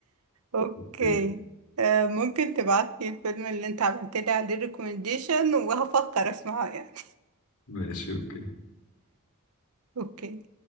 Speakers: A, on the right (about 75°); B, on the left (about 80°).
A: اوكي
B: اوكي
A: آه ممكن تبعتلي الفيلم اللي انت عملت لي عليه ريكومنديشن وهفكر اسمعه يعني
B: ماشي اوكي
A: اوكي